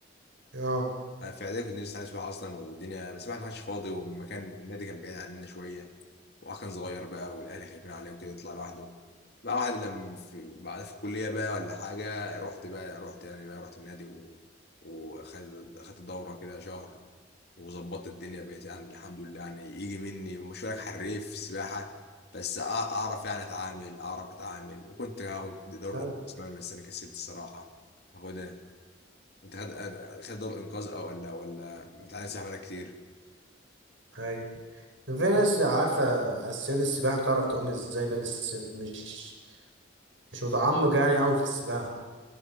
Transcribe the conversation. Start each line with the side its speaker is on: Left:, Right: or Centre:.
Right: آه،
Left: انا في اعدادي كنت نفسي اتعلم سباحه اصلا والدنيا بس الواحد ما كانش فاضي والمكان النادي كان بعيد عننا شويه وهو كان صغير بقى والاهل خايفين عليه وكده يطلع لوحده بقى واحد لما في بعدها في الكليه بقى ولا حاجه رحت بقى رحت يعني بقى رحت النادي و... وخدت خدت دوره كده شهر وظبطت الدنيا بقيت يعني الحمد لله يعني يجي مني مش هقولك حريف سباحه بس أع- اعرف يعني اتعامل اعرف اتعامل وكنت هاخد دوره
Right: ايوه
Left: انقاذ كمان بس انا كسلت الصراحه هاخدها انت خد خد دوره انقاذ او ولا ولا متعلم سباحه بقالك كتير
Right: ايوه في ناس عارفة أساسيات السباحة بتعرف تعوم ازاي بس مش مش متعمق يعني أوي في السباحة